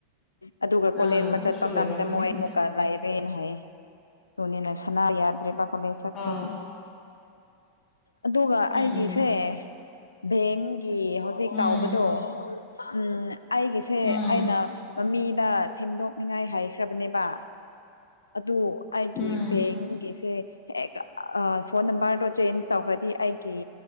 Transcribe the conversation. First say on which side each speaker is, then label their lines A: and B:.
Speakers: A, on the left; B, on the left.
A: ꯑꯗꯨꯒ ꯀꯣꯂꯦꯟ
B: ꯑꯥ
A: ꯑꯃ
B: ꯑꯗꯨꯁꯨ
A: ꯆꯠꯄ ꯃꯇꯝꯗ
B: ꯑꯣꯏꯔꯝꯒꯅꯤ
A: ꯃꯣꯏ
B: ꯍꯣꯏ
A: ꯑꯃꯨꯛꯀ ꯂꯥꯏ ꯔꯦꯅ ꯍꯥꯏꯌꯦ ꯗꯨꯅꯤꯅ ꯁꯅꯥ ꯌꯥꯗ꯭ꯔꯦꯕ ꯀꯣꯂꯦꯖ ꯆꯠꯈ꯭ꯔꯗꯤ
B: ꯑꯥ
A: ꯑꯗꯨꯒ
B: ꯎꯝ
A: ꯑꯩꯒꯤꯁꯦ ꯚꯦꯡꯒꯤ ꯍꯧꯖꯤꯛ
B: ꯎꯝ
A: ꯇꯥꯎꯕꯗꯣ ꯎꯝ ꯑꯩꯒꯤꯁꯦ
B: ꯎꯝ
A: ꯑꯩꯅ ꯃꯃꯤꯗ ꯁꯦꯝꯗꯣꯛꯅꯤꯉꯥꯏ ꯍꯥꯏꯈ꯭ꯔꯕꯅꯦꯕ ꯑꯗꯨ ꯑꯩꯒꯤ
B: ꯎꯝ
A: ꯕꯦꯡꯒꯤꯁꯦ ꯑꯥ ꯐꯣꯟ ꯅꯝꯕꯔꯗꯣ ꯆꯦꯟꯖ ꯇꯧꯈ꯭ꯔꯗꯤ ꯑꯩꯒꯤ